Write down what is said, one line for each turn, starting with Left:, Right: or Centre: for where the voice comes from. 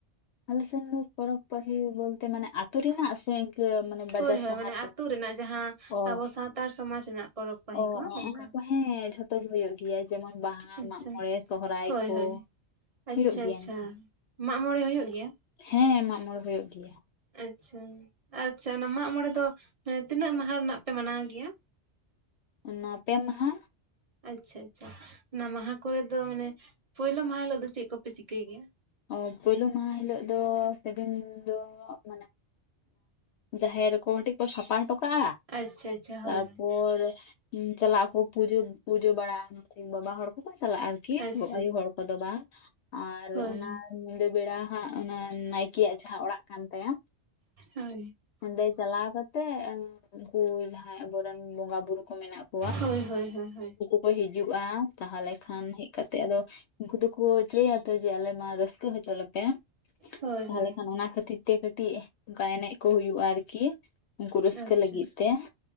Left: ᱟᱞᱮ ᱥ ᱯᱚᱨᱚᱵᱽ ᱯᱟᱹᱦᱤ ᱵᱚᱞᱛᱮ ᱢᱟᱱᱮ ᱟᱹᱛᱩ ᱨᱮᱱᱟᱜ ᱥᱮ ᱤᱱᱠᱟᱹ ᱢᱟᱱᱮ ᱵᱟᱡᱟᱨ
Right: ᱦᱳᱭ ᱦᱳᱭ
Left: ᱥᱟᱦᱟᱨ
Right: ᱢᱟᱱᱮ ᱟᱹᱛᱩ ᱨᱮᱱᱟᱜ ᱡᱟᱦᱟᱸ,
Left: ᱚ
Right: ᱟᱵᱚ ᱥᱟᱱᱛᱟᱲ ᱥᱚᱢᱟᱡᱽ ᱨᱮᱱᱟᱜ ᱯᱚᱨᱚᱵᱽ ᱯᱟᱹᱦᱤ
Left: ᱚ
Right: ᱠᱚ
Left: ᱚ
Right: ᱚᱱᱠᱟ
Left: ᱚᱱᱟ ᱠᱚ ᱦᱮᱸ ᱡᱷᱚᱛᱚ ᱜᱮ ᱦᱩᱭᱩᱜ ᱜᱮᱭᱟ ᱡᱮᱢᱚᱱ ᱵᱟᱦᱟ
Right: ᱟᱪᱪᱷᱟ
Left: ᱢᱟᱜ ᱢᱚᱬᱮ, ᱥᱚᱦᱦᱟᱭ
Right: ᱦᱳᱭ
Left: ᱠᱚ
Right: ᱦᱳᱭ ᱟᱪᱪᱷᱟ
Left: ᱦᱩᱭᱩᱜ ᱜᱮᱭᱟᱠᱷ
Right: ᱟᱪᱪᱷᱟ ᱢᱟᱜ ᱢᱚᱬᱮ ᱦᱩᱭᱩᱜ ᱜᱮᱭᱟ?
Left: ᱦᱮᱸ ᱢᱟᱜ ᱢᱚᱬ ᱦᱩᱭᱩᱜ ᱜᱮᱭᱟ᱾
Right: ᱟᱪᱪᱷᱟ - ᱟᱪᱪᱷᱟ ᱚᱱᱟ ᱢᱟᱜ ᱢᱚᱬᱮ ᱫᱚ, ᱟᱱᱮ ᱛᱤᱱᱟᱹᱜ ᱢᱟᱦᱟ ᱨᱮᱱᱟᱜ ᱯᱮ ᱢᱟᱱᱟᱣ ᱜᱮᱭᱟ?
Left: ᱚᱱᱟ ᱯᱮ ᱢᱟᱦᱟ᱾
Right: ᱟᱪᱪᱷᱟ ᱟᱪᱪᱷᱟ ᱚᱱᱟ ᱢᱟᱦᱟ ᱠᱚᱨᱮ ᱫᱚ ᱢᱟᱱᱮ, ᱯᱳᱭᱞᱳ ᱢᱟᱦᱟ ᱦᱤᱞᱳᱜ ᱫᱚ ᱪᱮᱫ ᱠᱚᱯᱮ ᱪᱤᱠᱟᱹᱭ ᱜᱮᱭᱟ?
Left: ᱚ ᱯᱩᱭᱞ ᱢᱟᱦᱟ ᱦᱤᱞᱳᱜ ᱫᱚ ᱥᱮᱫᱤᱱ ᱫᱚ ᱢᱟᱱᱮ ᱡᱟᱦᱮᱨ ᱠᱚ ᱴᱤᱜ ᱠᱚ ᱥᱟᱯᱷᱟ ᱦᱚᱴᱚ ᱠᱟᱜᱼᱟ᱾
Right: ᱟᱪᱪᱷᱟ ᱟᱪᱪᱷᱟ ᱦᱳᱭ
Left: ᱛᱟᱨᱯᱚᱨ
Right: ᱦᱳᱭ
Left: ᱪᱟᱞᱟᱜ ᱟᱠᱚ ᱯᱩᱡᱟᱹ ᱯᱩᱡᱟᱹ ᱵᱟᱲᱟ ᱵᱟᱵᱟ ᱦᱚᱲ ᱠᱚ-ᱠᱚ ᱪᱟᱞᱟᱜᱼᱟ᱾ ᱟᱨᱠᱤ
Right: ᱟᱪᱪᱷᱟ ᱟᱪᱪᱷᱟ
Left: ᱟᱭᱚ ᱦᱚᱲ ᱠᱚᱫᱚ ᱵᱟᱝ ᱟᱨ
Right: ᱦᱳᱭ
Left: ᱚᱱᱟ ᱧᱤᱫᱟᱹ ᱵᱮᱲᱟ ᱦᱟᱸᱜ ᱚᱱᱟ ᱱᱟᱭᱠᱮᱭᱟᱼᱜ ᱡᱟᱦᱟᱸ ᱚᱲᱟᱜ ᱠᱟᱱ ᱛᱟᱭᱟ
Right: ᱦᱳᱭ
Left: ᱦᱟᱸᱰᱮ ᱪᱟᱞᱟᱣ ᱠᱟᱛᱮᱜ ᱩᱱᱠᱩ ᱡᱟᱦᱟᱸᱭ ᱟᱵᱚᱨᱮᱱ ᱵᱚᱸᱜᱟ ᱵᱩᱨᱩ ᱠᱚ ᱢᱮᱱᱟᱜ ᱠᱚ
Right: ᱦᱳᱭ-ᱦᱳᱭ-ᱦᱳᱭ ᱦᱳᱭ ᱾
Left: ᱠᱚ ᱦᱤᱡᱩᱜᱼᱟ, ᱛᱟᱦᱞᱮ ᱠᱷᱟᱱ ᱦᱮᱡ ᱠᱟᱛᱮ ᱟᱫᱚ, ᱩᱱᱠᱩ ᱫᱚᱠᱚ ᱪᱟᱹᱭᱭᱟ ᱛᱚ ᱡᱮ ᱟᱞᱮ ᱢᱟ ᱨᱟᱹᱥᱠᱟᱹ ᱦᱚᱪᱚ ᱞᱮᱯᱮ,
Right: ᱦᱳᱭ
Left: ᱛᱟᱦᱚᱞᱮ
Right: ᱦᱳᱭ
Left: ᱠᱷᱟᱱ ᱚᱱᱟ ᱠᱷᱟᱹᱛᱤᱨ ᱛᱮ ᱠᱟᱹᱴᱤᱡ ᱚᱱᱠᱟ ᱮᱱᱮᱡ ᱠᱚ ᱦᱩᱭᱩᱜᱼᱟ᱾ ᱟᱨᱠᱤ ᱩᱱᱠᱩ ᱨᱟᱹᱥᱠᱟᱹ
Right: ᱟᱪᱪᱷᱟ
Left: ᱞᱟᱹᱜᱤᱫ ᱛᱮ,